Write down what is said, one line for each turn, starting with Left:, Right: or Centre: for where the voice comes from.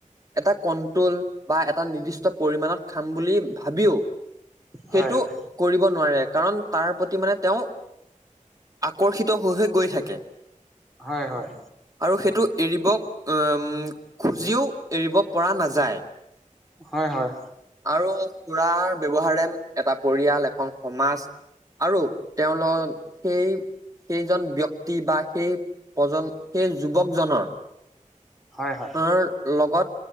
Right: এটা কণ্ট্ৰল বা এটা নিৰ্দিষ্ট পৰিমাণত খাম বুলি ভাবিও সেইটো
Centre: হয় হয়
Right: কৰিব নোৱাৰে কাৰণ তাৰ প্ৰতি মানে তেওঁ আকৰ্ষিত হৈ হৈ গৈ থাক কে
Centre: হয় হয়।
Right: আৰু সেইটো এৰিব উ, খুজিও এৰিব পৰা নাযায়।
Centre: হয় হয়।
Right: আৰু খুৰাৰ ব্যৱহাৰে এটা পৰিয়াল, এখন সমাজ আৰু তেওঁলোক সেই, সেইজন ব্যক তি বা সেই প্ৰজন সেই যুৱকজনৰ
Centre: হয় হয়
Right: <unintelligible> লগত